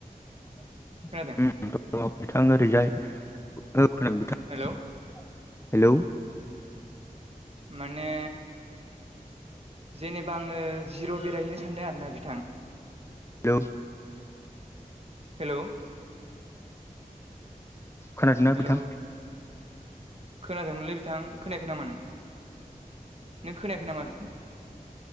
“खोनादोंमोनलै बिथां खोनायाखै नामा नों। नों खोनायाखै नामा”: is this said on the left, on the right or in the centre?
Right